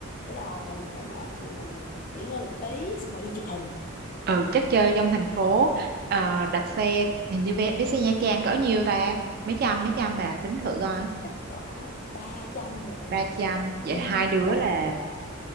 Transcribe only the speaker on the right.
ừ chắc chơi trong thành phố ờ, đặt xe hình như vé, vé xe Nha Trang cỡ nhiêu ta mấy trăm mấy trăm bà tính thử coi
ba trăm vậy
hai đứa
là